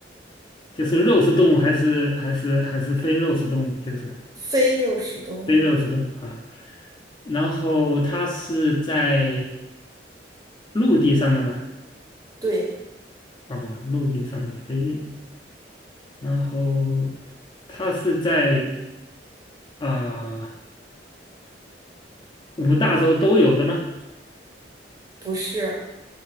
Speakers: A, on the left (about 25°); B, on the right (about 20°).
A: 就是肉食动物还是还是还是非肉食动物？就是
B: 非肉食动物啊。
A: 非肉食动物啊。然后它是在陆地上的嘛？
B: 对，
A: 啊，陆地上的飞，然后它是在。啊、五大洲都有的吗？
B: 不是，